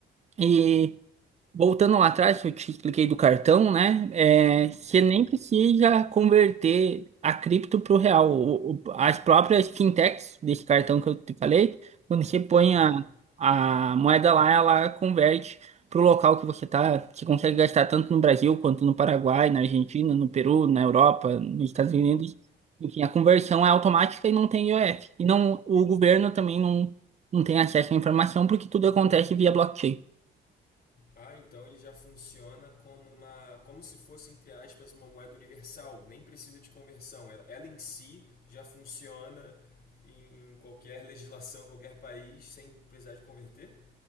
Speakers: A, on the right; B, on the left.
A: E Voltando lá atrás, que eu te expliquei do cartão, né? É, você
B: sim.
A: nem precisa converter a cripto para o real. O- o- as próprias fintechs desse cartão que eu te falei, quando você põe
B: Aham.
A: a, a moeda lá, ela converte para o local que você está. Você consegue gastar tanto no Brasil quanto no Paraguai, na Argentina, no Peru, na Europa, nos Estados Unidos. Enfim, a conversão é automática e não tem IOF. E não, o governo também não, não tem acesso à informação porque tudo acontece via blockchain.
B: Ah, então ele já funciona como uma, como se fosse entre aspas uma moeda universal. Nem precisa de conversão. Ela, ela em si já funciona em, em qualquer legislação, qualquer país, sem precisar de converter.